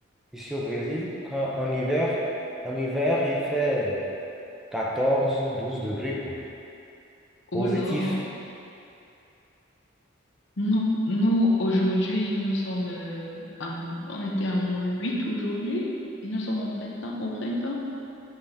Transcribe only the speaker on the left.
Oh
là, Non, nous, aujourd'hui, nous sommes, euh, à m- on était à moins 8 aujourd'hui et nous sommes au printemps, au printemps.